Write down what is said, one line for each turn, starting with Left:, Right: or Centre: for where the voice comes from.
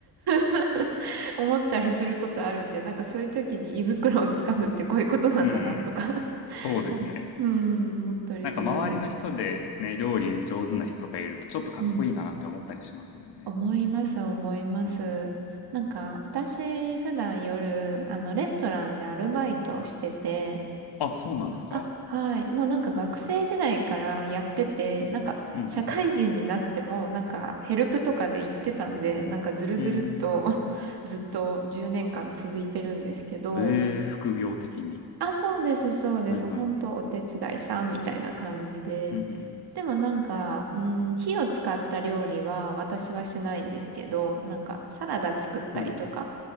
Right: <laughs> 思ったりすることあるんで、なんかそういう時に胃袋をつかむってこういうことなんだなとか
Left: うんうん。
Right: <laughs>
Left: そうですね。
Right: うん、思ったりするんです。
Left: なんか周りの人でね、料理上手な人とかいるとちょっとかっこいいななんて思ったりしますもんね。
Right: うん。思います、思います。
Left: うん。
Right: なんか、私、普段夜、あの、レストランでアルバイトをしてて、
Left: あ、そうなんですか。
Right: あ、はい。もうなんか学生時代からやってて、なんか、
Left: うん
Right: 社会人になっても、なんか、ヘルプとかで行ってたんで、なんか、ずるずるっと
Left: うん。うーん。
Right: <laughs> ずっと10年間続いてるんですけど、
Left: へえ、副業的に。
Right: あ、そうです、そうです。
Left: はいはい。
Right: 本当お手伝いさんみたいな感じで。
Left: うん
Right: でもなんか、うん、火を使った料理は私はしないんですけど、なんかサラダ作ったりとか、
Left: うん。はい。